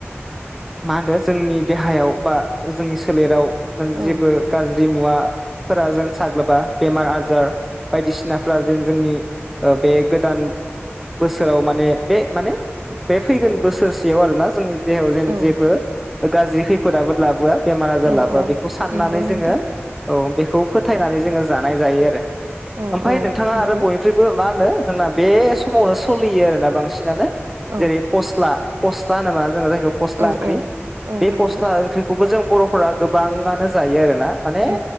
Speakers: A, in the centre; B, on the right.
A: मा होनदों जोंनि देहायाव बा जोंनि सोलेराव
B: औ
A: जेबो गाज्रि मुवाफोरा जों साग्लोबा बेमार आजार बायदिसिनाफ्रा जेन जोंनि बे गोदान बोसोराव माने बे माने बे फैगोन बोसोरसेयाव आरोना जोंनि देहायाव जेन
B: औ
A: जेबो गाज्रि खै फोर आफोद लाबोआ बेमार आजार
B: औ
A: लाबोआ
B: औ
A: बेखौ साननानै
B: नंगौ नोंथां
A: जोंङो औ बेखौ फोथायनानै जोंङो जानाय जायो आरो
B: औ
A: ओमफ्राय
B: औ
A: नोंथाङा
B: नंगौ
A: आरो बय ओंख्रिबो मा होनो जोंना बे समावनो सोलियो आरोना बांसिनानो
B: औ
A: जेरै फस्ला फस्ला होनोबा जायखौ फस्ला
B: औ
A: ओंख्रि
B: औ औ
A: बे
B: नंगौ
A: फस्ला ओंख्रि खौबो जों बर'फोरा गोबाङानो जायो आरोना माने
B: औ